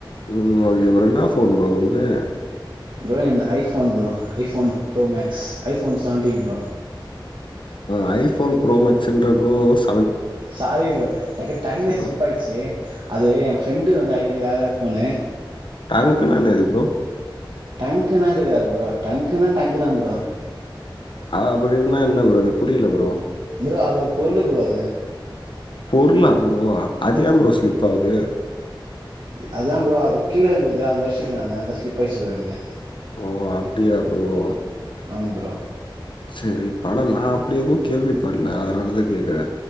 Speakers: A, on the left; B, on the right.
A: ம் ஓகே ப்ரோ என்னா ஃபோன் ப்ரோ ஒன்து
B: ப்ரோ என்து iPhone bro iPhone bro maths iPhone seventeen bro
A: ஆ ஐஃபோன் ப்ரோ மேக்ஸ்ன்ற ப்ரோஸ்
B: சாரி ப்ரோ ட டங்கு
A: ப்ரோ
B: ஸ்லிப் ஆய்ச்சு அது என் ஃப்ரெண்டு வந்து வேற ஃபோனு
A: டங்குன்னா என்னாது ப்ரோ
B: டங்க்னா தெரியாதா ப்ரோ டங்க்குனா டங்கு தா ப்ரோ
A: அப்டின்னா என்ன ப்ரோ எனக்கு புரில ப்ரோ
B: ப்ரோ அது ஒரு பொருளு ப்ரோ அது
A: பொருளா ப்ரோ அது ஏ ப்ரோ ஸ்லிப் ஆது
B: அதுதா ப்ரோ அது கீழேந்துது அது மெரூச்சுட்ட நானு அதா ஸ்லிப் ஆய்ச்சு ப்ரோ எனக்கு
A: ஓ அப்டியா ப்ரோ
B: ஆமா ப்ரோ
A: செரி பட நா அப்டி எதுவு கேள்வி படல அதனாலதா கேக்குற